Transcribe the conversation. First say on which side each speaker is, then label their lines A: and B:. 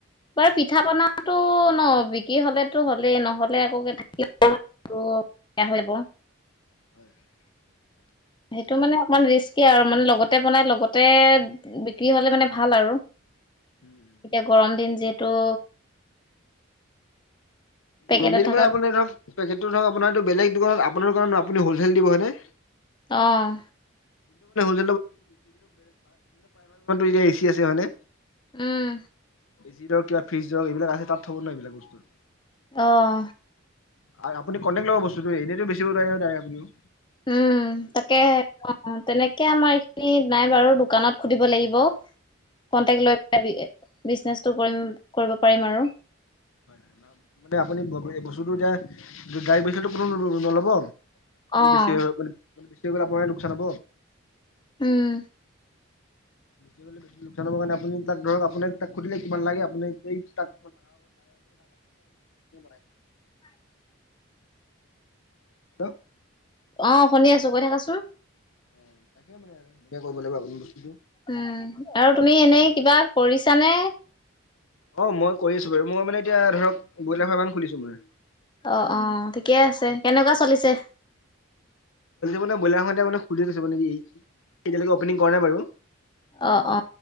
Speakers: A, on the left; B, on the left.
A: বাৰু
B: হয়।
A: পিঠা পনা টো ন বিক্ৰী হলেতো হ'লেই নহ'লে একে থাকিব দিগদাৰ হৈ যাব
B: <inaudible>
A: সেইটো মানে অকমান ৰিস্কি আৰু মানে লগতে বনাই লগতে বিক্ৰী হলে মানে ভাল আৰু।
B: <inaudible>
A: এতিয়া গৰম
B: তাকেই।
A: দিন যিহেতু পেকেটত
B: গৰম দিনত
A: থকা
B: মানে আপোনাৰ ধৰক পেকেটো ধৰক আপোনাৰ তো বেলেগ দোকানত আপোনাৰ কাৰণ আপুনি হ'লচেল দিব হয়নে?
A: অহ।
B: <unintelligible> এতিয়া এচি আছে হয় নে?
A: উম।
B: এ চি ৰক কিবা ফ্ৰজ ৰৰক এইবিলাক আছে তাত থব ন এইবিলাক বস্তু।
A: অহ।
B: আৰে আপুনি কনটেক লব বস্তুটো এনেইটো বেচিব নোৱাৰে ন' ডাইৰেক্ট আপনি।
A: উম, তাকেহে তেনেকে আমাৰ এইখিনি নাই বাৰু‌ দো দোকানত সুধিব লাগিব কনটেক লৈ <unintelligible> বিজনেচটো কৰিম - কৰিব পাৰিম আৰু।
B: হয় মানে আপুনি বস্তুটো এতিয়া ডাইৰেক্ট বেচিলে কোনো নলব। মানে
A: অ',
B: বেছি হৈ মানে মানে বেছি হৈ গ'লে আপোনাৰে লোকচান হ'ব।
A: উম।
B: বেছিলে বেছি লোকচান হ'ব কাৰণে আপুনি তাক ধৰক আপোনাক তাক সুধিলে কিমান লাগে আপুনি সেই তাক‌ <unintelligible> <unintelligible>
A: <inaudible>
B: <unintelligible>
A: অ', শুনি আছো কৈ থাকাচোন।
B: <unintelligible> কৰিব লাগিব আপুনি। বস্তুটো।
A: উম, আৰু তুমি এনেই কিবা কৰিছানে?
B: অ, মই কৰি আছো বাৰু মই মানে এতিয়া ধৰক ব্ৰইলাৰ ফাৰ্ম এখন খুলিছো মানে।
A: অ' অ', ঠিকে আছে। কেনেকুৱা চলিছে?
B: মানে বইলাৰতে মানে খুলি থৈছো মানে এতিয়ালৈকে অপনিং কৰা নাই বাৰু।
A: অ, অ